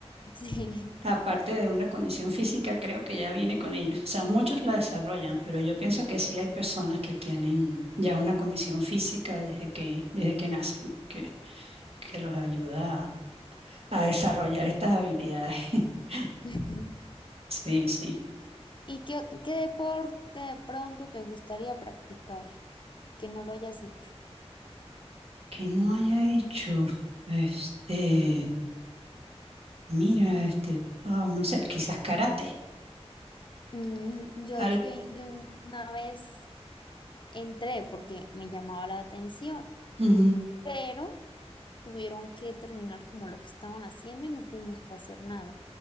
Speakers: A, on the left; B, on the right.
A: <laughs> Sí.
B: Aparte de una condición física, creo que ya viene con ellos. O sea, muchos la desarrollan, pero yo pienso que sí hay personas que tienen ya una condición física desde que, desde que nacen, que, que los ayuda a, a desarrollar estas habilidades. <laughs>
A: <laughs>
B: Sí, sí.
A: ¿Y qué, qué deporte de pronto te gustaría practicar que no lo hayas hecho?
B: Que no haya hecho, este, mira, este, ah, no sé, quizás karate.
A: Mm, yo,
B: Algo.
A: yo, yo una vez entré porque me llamaba la atención,
B: Ujú.
A: pero tuvieron que terminar como lo que estaban haciendo y no pudimos fue hacer nada.